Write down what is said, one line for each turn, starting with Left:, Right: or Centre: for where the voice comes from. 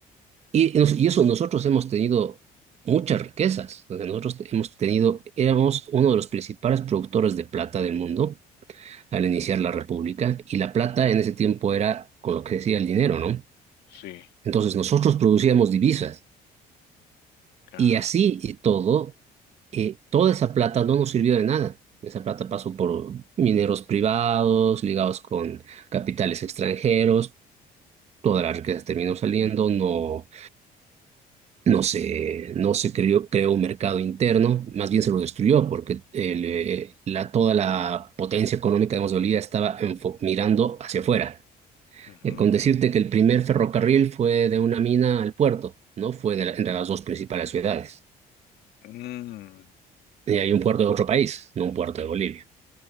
Right: y, nos- y eso nosotros hemos tenido muchas riquezas. O sea, nosotros hemos tenido, éramos uno de los principales productores de plata del mundo al iniciar la República, y la plata en ese tiempo era con lo que decía el dinero, ¿no?
Left: Sí.
Right: Entonces nosotros producíamos divisas
Left: Ah,
Right: y así y todo, eh, toda esa plata no nos sirvió de nada. Esa plata pasó por mineros privados, ligados con capitales extranjeros, todas las riquezas terminó saliendo, no, no se, no se creó, creó un mercado interno, más bien se lo destruyó porque el, eh, la, toda la potencia económica de Mosgolía estaba enfo- mirando hacia afuera
Left: ujú,
Right: Eh, con decirte que el primer ferrocarril fue de una mina al puerto, ¿no? Fue de la- entre las dos principales ciudades.
Left: mm,
Right: Y hay un puerto de otro país, no un puerto de Bolivia,